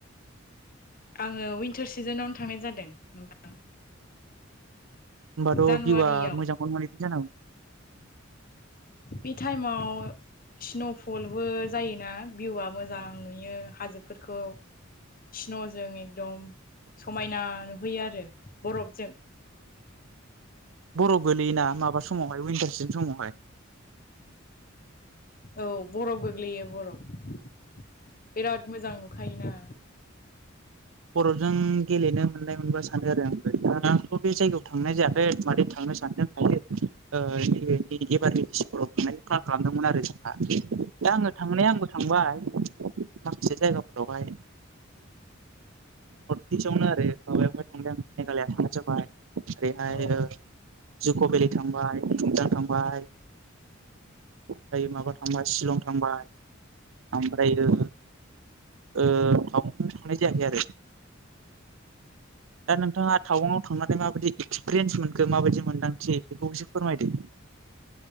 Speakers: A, on the left; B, on the right.
A: आंङो विन्टार सिजोनावनो थांनाय जादों नोंथां।
B: होमबाथ'
A: जानुवारियाव
B: भिउआ मोजांखौनो मोनहैदों जानांगोन?
A: बे टाइमाव स्न'फलबो जायोना भिउआ मोजा मोजां नुयो हाजोफोरखौ। स्न'जों एकदम समायना नुहैयो आरो बरफजों
B: बर'फ गोलैयोना माबा समावहाय विनटार सिजेन समावहाय?
A: औ बर'फ गोग्लैयो बर'फ। बिराद मोजां नुखायोना।
B: खर'जों गेलेनो मोननाय मोनबा सानो आरो आंबो दा बे जायगायाव थांनाय जायाखै मादै थांनो सानदों <unintelligible> ओ ए-ए-एबार स्कुलाव थांनाय क्ला खालामदोंमोन आरो जोंहा। दा आंङो थांनाया आंबो थांबाय माखासे जायगाफोरावहाय। टिसावनो आरो माबायावहाय थांदों मेघालया थांनाय जाबाय आरैहाय
A: औ
B: ओ जुक' भेलि थांबाय बंदां थांबाय। फायो माबा थांबाय शिलं थांबाय। ओमफ्राय ओ ओ टावां आव थांनाय जायाखै आरो। दा नोंथाङा टावांङाव थांनानै माबायदि एक्सपिरियेन्स मोनखो माबायदि मोनदांथि बेखौसो फोरमायदो।